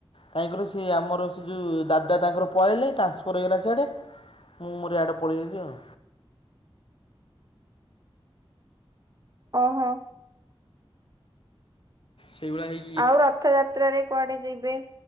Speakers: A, on the left; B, on the right.
A: କାହିଁକିି କହିଲ ସେ ଆମର ସେ ଯୋଉ ଦାଦା ତାଙ୍କର ପଳେଇଲେ ଟ୍ରାନ୍ସଫର୍ ହେଇଗଲା ସେଆଡ଼େ। ମୁଁ ମୋର ଇଆଡ଼େ ପଳିଆଇଲି ଆଉ।
B: ଓହୋ
A: ସେଇଭଳିଆ ହେଇ
B: ଆଉ ରଥଯାତ୍ରାରେ କୁଆଡେ ଯିବେ